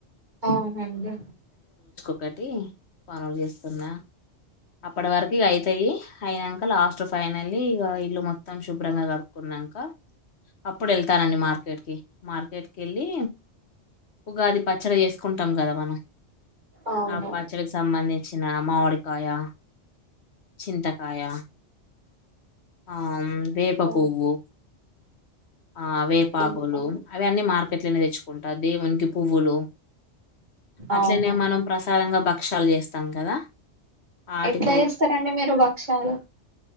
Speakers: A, on the right; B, on the left.
A: అవునండి
B: ఒకటి పనులు చేస్తున్నా అప్పడి వరకు ఇగ అయితాయి అయినంక లాస్ట్ ఫైనలీ ఇగ ఇల్లు మొత్తం శుభ్రంగా కడుక్కున్నాంక అప్పుడు వెళ్తానండి మార్కెట్ మార్కెట్ కెళ్ళి ఉగాది పచ్చడి చేసుకుంటాం కదా మనం
A: అవును
B: ఆ పచ్చడికి సంబంధించిన మామిడికి కాయ చింతకాయ ఆ వేప
A: ఇంకా
B: పువ్వు ఆ వేపాకులు
A: ఇంకా
B: అవి అన్నీ మార్కెట్ లోనే తెచ్చుకుంటా దేవునికి పువ్వులు అట్లనే
A: అవును
B: మనం ప్రసాదంగా బ క్షాలు చేస్తాం కదా ఆటికో
A: ఎట్ల చేస్తారండి మీరు భక్ష్యాలు